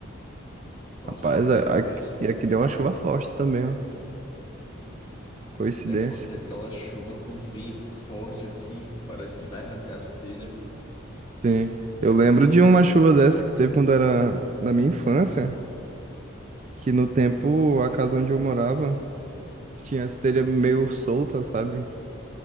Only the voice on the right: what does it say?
Rapaz,
a-
a- e aqui deu uma chuva forte também, ó. Coincidência.
Sim. Eu lembro de uma chuva dessa que teve quando era na minha infância, que no tempo a casa onde eu morava tinha as telhas meio soltas, sabe?